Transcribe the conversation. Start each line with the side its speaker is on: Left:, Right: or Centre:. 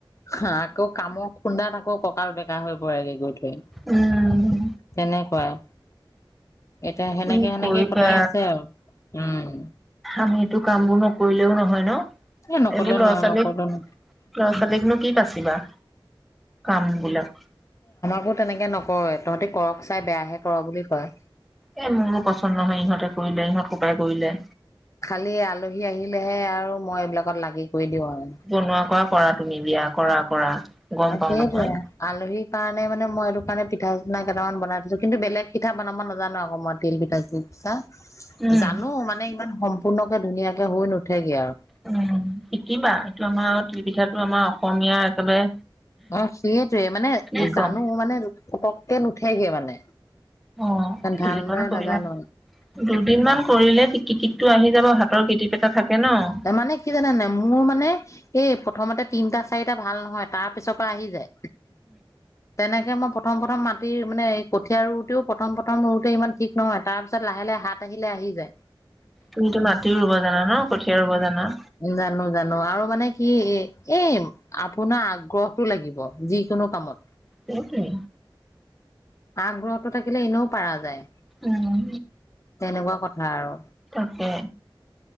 Left: হা আকৌ কামৰ খুন্দাত আকৌ কঁকাল বেকা হৈ পৰেগৈ গৈ থৈ
Centre: উম
Left: তেনেকোৱাই এতিয়া সেনেকে
Centre: কি
Left: সেনেকেই
Centre: কৰিবা
Left: কটাই আছে আৰু উম
Centre: আমি এইটো কাম বোৰ নকৰিলেও নহয় ন
Left: এ নকলে
Centre: এইবোৰ ল'ৰা
Left: নহয়
Centre: ছোৱালীক
Left: নকলে ন
Centre: লৰা ছোৱালীকনো কি পাচিবা কামবিলাক
Left: মোৰ তেনেকে নকয় তহঁতি কৰক চাই বেয়াহে কৰ বুলি কয়
Centre: এ মোৰো পচন্দ নহয় ইহঁতে কৰিলে ইহঁত ককাই কৰিলে
Left: খালি আলহী আহিলেহে আৰু মই এইবিলাকত লাগি কৰি দিওঁ আৰু
Centre: বনোৱা কৰা কৰা তুমি দিয়া কৰা কৰা গম
Left: অ
Centre: পাও
Left: সেটোৱে
Centre: নহয়
Left: আও আলহী কাৰণে মানে মই এইটো কাৰণে পিঠা চনা কটামান বনাই থৈছো কিন্তু বেলেগ পিঠা বনাব নাজানো আকৌ মই তিল পিঠা চিল পিঠা
Centre: উম
Left: জানো মানে ইমান সম্পূৰ্ণকে ধুনীয়াকে হৈ নুঠেগে আৰু
Centre: উম শিকিবা এইটো আমাৰ তিলপিঠাটো আমাৰ অসমীয়াৰ একেবাৰে
Left: অ সেইটোৱে মানে
Centre: কি ক'ম
Left: জানো মানে পতককে নুঠেগে মানে
Centre: অ
Left: ভালদৰে
Centre: দুদিনমান কৰিলে
Left: নাজানো
Centre: দুদিনমান কৰিলে কৃতিপটো আহি যাব হাতৰ কৃতিপ এটা থাকে ন।
Left: মানে কি জানা নাই মোৰ মানে এই প্ৰথমতে তিনটা চাৰিটা ভাল নহয় তাৰ পিছৰ পৰা আহি যায় তেনেকে মই প্ৰথম প্ৰথম মাটিৰ মানে এই কঠীয়া ৰুটেও প্ৰথম প্ৰথম ৰুওটো ইমান ঠিক নহয় তাৰপিছত লাহে লাহে হাত আহিলে আহ আহি যায়
Centre: তুমিতো মাটিও ৰুব জানা ন কঠীয়া ৰুব জানা
Left: জানো জানো আৰু মানে কি এ এই আপোনাৰ আগ্ৰহতো লাগিব যিকোনো কামত
Centre: সেইটোৱে
Left: আগ্ৰহতো থাকিলে এনেও পাৰা যায়
Centre: উম
Left: তেনেকোৱা কথা আৰু
Centre: তাকে